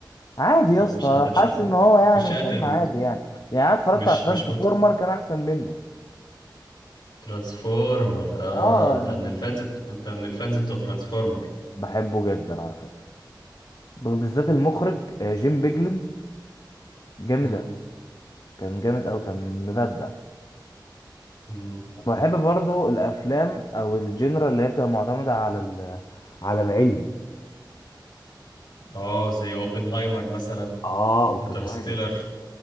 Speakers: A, on the left; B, on the left.
A: عادي يا
B: أنا
A: اسطى
B: مش قادر مش
A: حاسس
B: ع-
A: ان هو يعني
B: مش قادر
A: فيلم عادي يعني يعني انا اتفرجت
B: مش
A: على ترانسفورمر
B: مش مت
A: كان احسن منه
B: ترانسفورمر اه
A: اه
B: انت
A: يعني
B: من الفانز بت... انت من الفانز بتوع ترانسفورمر
A: بحبه جدا على فكرة ب- بالذات المخرج آه، جيم بيجلن جامد
B: امم
A: كان جامد أوي كان مبدع
B: امم
A: وبحب برضو الأفلام أو الجنرا اللي هي بتبقى معتمدة على ال- على العلم
B: اه زي اوبنهايمر مثلا
A: آه أوبنهايمر
B: انترستيلر